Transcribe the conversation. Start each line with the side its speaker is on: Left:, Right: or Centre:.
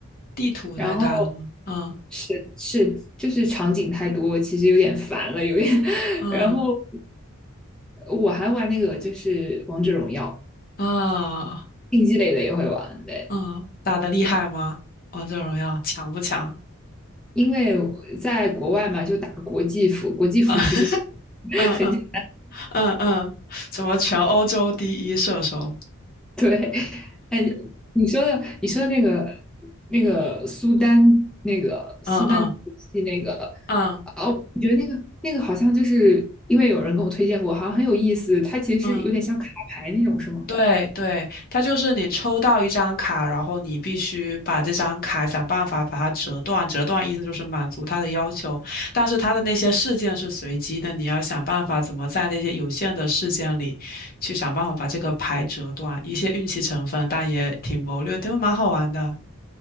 Left: 地图太大了吗？
Centre: 然后
Left: 嗯
Centre: 是是就是场景太多，其实有点烦了，有点。<laughs>
Left: 嗯
Centre: 然后我还玩那个就是王者荣耀，
Left: 啊
Centre: 竞技类的也会玩，对，
Left: 嗯，打得厉害吗？王者荣耀强不强？
Centre: 因为我在国外嘛，就打国际服，国际服其实
Left: <laughs>
Centre: <laughs>
Left: 嗯嗯。
Centre: 很简
Left: 嗯嗯，什么全欧洲第一射手？
Centre: 对。哎，你说的你说的那个那个苏丹那个苏丹游戏，
Left: 嗯嗯
Centre: 那个。
Left: 嗯
Centre: 我觉得那个那个好像就是因为有人跟我推荐过，好像很有意思。它其实有点像卡牌那种，
Left: 嗯，
Centre: 是吗？
Left: 对对，它就是你抽到一张卡，然后你必须把这张卡想办法把它折断，折断意思就是满足他的要求，但是他的那些事件是随机的，你要想办法怎么在那些有限的事件里去想办法把这个牌折断，一些运气成分，但也挺谋略，挺蛮好玩的。